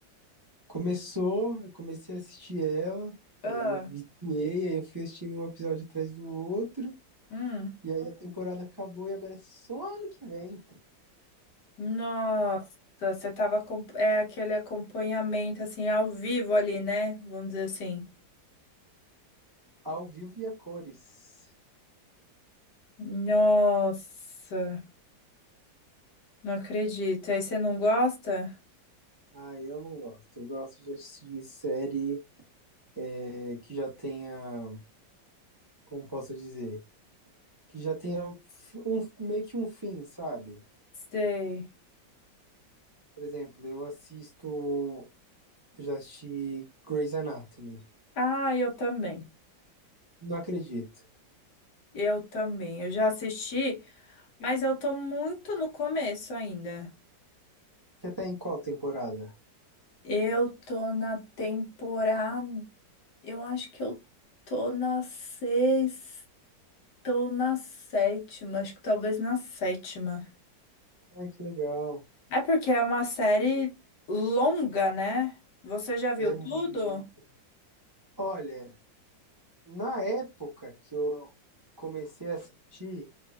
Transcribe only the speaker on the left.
ah,
hum.
Nossa, você tava com... É aquele acompanhamento, assim, ao vivo ali, né? Vamos dizer assim.
Nossa, não acredito. Aí você não gosta?
Sei.
Ah, eu também.
Eu também. Eu já assisti, mas eu tô muito no começo ainda.
Eu tô na temporada. Eu acho que eu tô na sexta ou na sétima. Acho que talvez na sétima.
É porque é uma série longa, né? Você já viu
tudo?